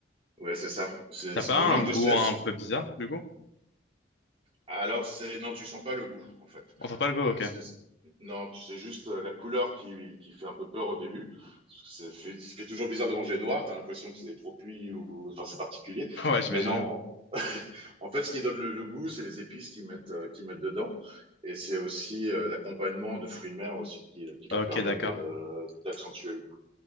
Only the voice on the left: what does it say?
T'as
pas
un
goût
un peu bizarre, du coup?
On sent pas le goût,
ok.
<laughs> Ouais, j'imagine.
Ok,
d'accord.